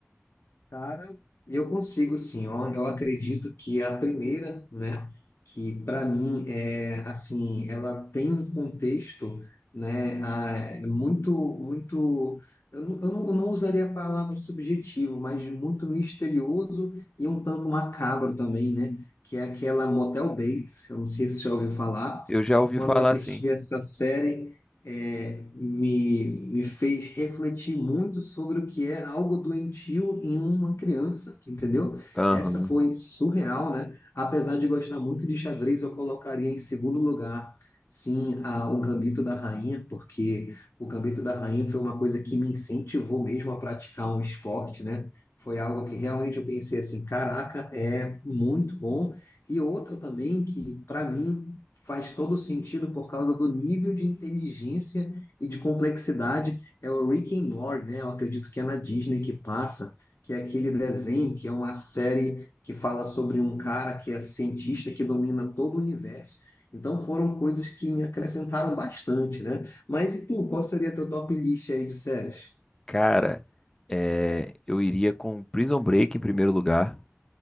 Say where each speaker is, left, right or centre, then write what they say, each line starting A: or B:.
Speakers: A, on the left (about 70°); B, on the left (about 15°).
A: Cara, eu consigo sim. Olha, eu acredito que é a primeira, né, que para mim é assim, ela tem um contexto, né, ah, é muito, muito. Eu não, eu não, eu não usaria a palavra subjetivo, mas muito misterioso e um tanto macabro também, né? Que é aquela Motel Bates. Eu não sei se você já ouviu falar.
B: Eu já
A: Que
B: ouvi
A: quando
B: falar
A: eu assisti
B: assim.
A: essa série é, me, me fez refletir muito sobre o que é algo doentio em uma criança, entendeu?
B: Aham.
A: Essa foi surreal, né? Apesar de gostar muito de xadrez, eu colocaria em segundo lugar, sim, a, o Gambito da Rainha, porque o Gambito da Rainha foi uma coisa que me incentivou mesmo a praticar um esporte, né? Foi algo que realmente eu pensei assim, caraca, é muito bom. E outra também que, para mim, faz todo sentido por causa do nível de inteligência e de complexidade. É o Rick and Morty, né? Eu acredito que é na Disney que passa, que é aquele desenho, que é uma série que fala sobre um cara que é cientista que domina todo o universo. Então foram coisas que me acrescentaram bastante, né? Mas e tu, qual seria teu top list aí de séries?
B: Cara, é, eu iria com Prison Break em primeiro lugar.